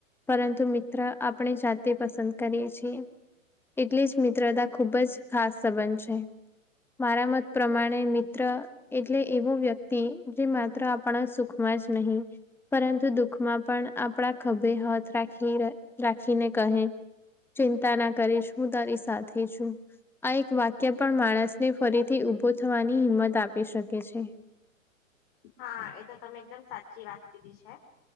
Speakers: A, in the centre; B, on the left (about 45°).
A: પરં તો મિત્ર આપણે જાતે પસંદ કરીએ છીએ એટલેજ મિત્રતા ખૂબ જ ખાસ સંબંધ છે મારા મત પ્રમાણે મિત્ર એટલે એવો વ્યક્તિ જે માત્ર આપણા સુખમાં જ નહીં પરંતુ દુઃખમાં પણ આપડા ખભે હાથ રાખી રાખીને કહે ચિંતા ના કરીશ હું તારી સાથે છું આ એક વાક્ય પણ માણસને ફરીથી ઊભો થવાની હિંમત આપી શકે છે
B: હા એ તો તમે એકદમ સાચી વાત કીધી છે